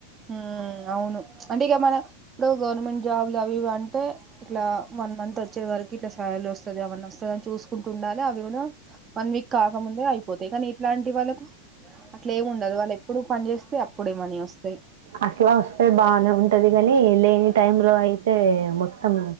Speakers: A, on the right; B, on the right.
A: ఉమ్ అవును అంటే ఇగ మన ఇప్పుడు గవర్నమెంట్ జాబ్లు అవి ఇవి అన్ అంటే ఇట్లా వన్ మంత్ వచ్చే వరకు ఇట్ల సాలరి ఒస్తుది ఏమన్న అస్తదని చూసుక్ కుంటుండాలి అవి కూడ వన్ వీక్ కాకముందే అయిపోతాయి కాని ఇట్లాంటి వాళ్ళక్ అట్లే ఏమి ఉండదు వాళ్ళు ఎప్పుడు పని చేస్తే అప్పుడే మనీ వస్తయి
B: అట్ల ఒస్తే బానే ఉంటది గని లేని టైమ్ లో అయితే మొత్తం